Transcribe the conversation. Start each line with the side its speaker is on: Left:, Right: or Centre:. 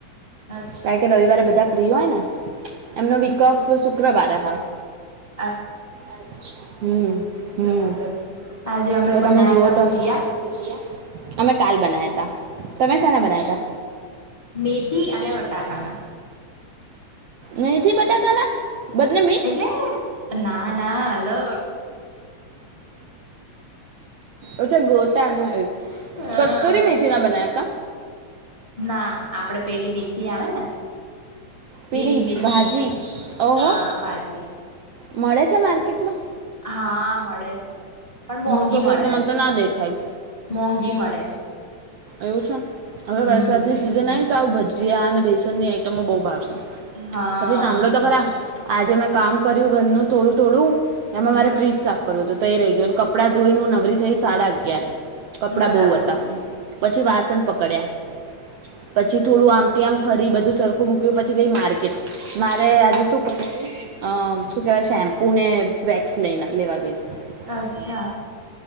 Left: અચ્છા
Right: કાર કે રવિવારે
Left: બરાબર
Right: બધા ફ્રી હોય ને. એમનો વિકલ્પ શુક્રવારે હોય.
Left: હ <inaudible>
Right: અરછા હમ હમ
Left: બરાબર આજે અમે
Right: તો
Left: બનાયા
Right: તમે જુઓ
Left: તા
Right: તો
Left: ભજીયા
Right: ગયા? અમે કાલ બના્યા ત તમે શના બના્યા
Left: મેથી અને
Right: ત
Left: બટાકાના
Right: મેંથી બટાકાના બન્ને મિક્સ
Left: એટલે ના ના હાલો..
Right: ઓછા ગોટના.
Left: હા
Right: કસ્તુરી મેથીી ના બનાયા ત.
Left: ના આપડે પેલી મીથી આવે ને.
Right: પેલી
Left: લીલી
Right: જ
Left: મેથી
Right: ભાજી ઓહો
Left: હા ભાજી.
Right: મળે છે માર્કેટમાં.
Left: હા મળે છે. પણ
Right: હું
Left: મોંઘી
Right: તો ગઈ
Left: મળે
Right: તો મને તો ના દેખાયુ.
Left: મોંઘી મળે
Right: એવું છે હવે
Left: હમ
Right: વરસાદની સિઝન આવે ને તો આવ ભજીયા અને બેસનની આઈટમો બહુ ભાવશે.
Left: હા
Right: પછી સાંભળો તો ખરા. આજે મેં કામ કર્યું ઘરનું થોડું થોડું અને
Left: હમ
Right: મારે ફ્રીજ સાફ કર્યું હત તો રે ગ્યુ. કપડા ધોઈ ન નવરી થઈ સાડા અગિયાર. કપડા
Left: બરાબર
Right: બહુ હતા પછી વાસણ પકડ્યા
Left: હ <inaudible>
Right: પછી થોડું આમથી આમ ફરી બધું સરખું મૂક્યું પછી ગઈ. માર્કેટ મારે આજે શું કરું હતું અ શું કેહેવાય શેમ્પુ ને વેક્સ લ લેવા ગય.
Left: અચ્છા
Right: હ